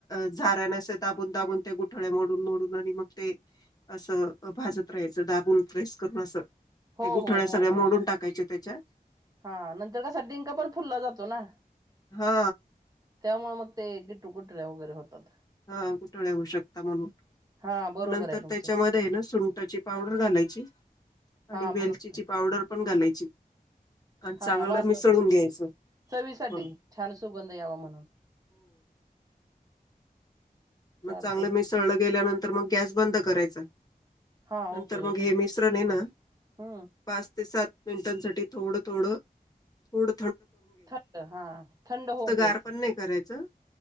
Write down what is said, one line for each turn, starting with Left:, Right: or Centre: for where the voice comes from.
Left: झाऱ्यान अस दाबून दाबून त्या गोठळ्या मोडून मोडून आणि मग ते असं भाजत राहायचं दाबून प्रेस करून असं
Right: हो
Left: ते गुठळ्या
Right: हो हो
Left: सगळ्या
Right: हो
Left: मोडून टाकायचे तेच्या
Right: हा नंतर कसा डिंक पण फुला जातो ना
Left: हा
Right: त्यामुळे मग ते गिटू गुठळ्या वगैरे होतात.
Left: हा घुटळया होऊ शकता म्हणून
Right: हा बरोबर
Left: मग नंतर
Right: आहे तुमचं
Left: तेच्यामध्ये ना सुंटाची पावडर घालायची आणि
Right: हा
Left: वेलचीची
Right: बरोबर आहे
Left: पावडर पण घालायची. आणि चांगलं
Right: हा वासा
Left: मिसळून
Right: त
Left: घ्यायचं
Right: चवीसाठी
Left: ह
Right: छान सुगंध यावा म्हणून.
Left: म
Right: चालते
Left: चांगलं मिसळलं गेल्यानं तर मग गॅस बंद करायचा.
Right: हां,
Left: नंतर
Right: ओके, ओके.
Left: मग हे मिश्रण हे ना
Right: हं.
Left: पाच ते सात मिनटांसाठी थोडं थोडं थोड
Right: थंड हा थंड होऊ द्यायचं
Left: गार पण नाही करायचं